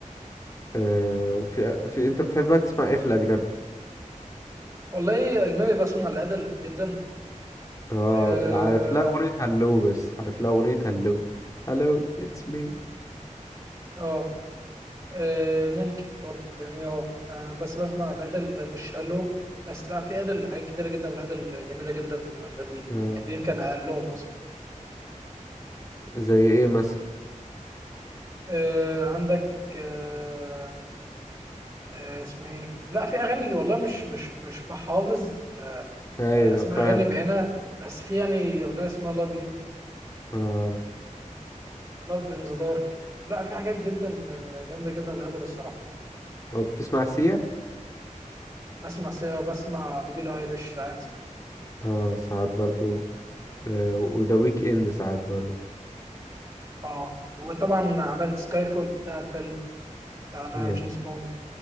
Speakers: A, on the left; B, on the right.
A: آه، وفي في أنت بتحبها تسمع إيه في الأجنبي
B: والله اجنبي بسمع لادل جدا
A: اه
B: اه
A: عارف لها اغنية هلو بس عارف لها اغنية هلو هلو اتس مي
B: آه، آه ممكن برضه فاهمني اه آه، بس بسمع الادل مش هلو بس لا في ادل حاجات كتيره جدا الادل جميله جدا غير دي
A: اه
B: يعني دي كان اقلهم اصلا
A: زي ايه مثلا
B: آه عندك آه آه اسمها ايه لا في اغاني والله مش مش مش بحافظ آه،
A: ايوه
B: اسماء
A: فاهم
B: اغاني بعينها بس في يعني اغنيه اسمها لاف يو
A: اه
B: لاف ان ذا دارك لا في حاجات جدا آه، جامده جدا لادل الصراحه
A: وبتسمع سيا
B: بسمع سيا بسمع لبيلي ايليش ساعات
A: اه ساعات برضو آه وذا ويك اند ساعات برضو
B: اه وطبعا عملت سكاي فول بتاع الفيلم على
A: ايوه
B: جيمس بوند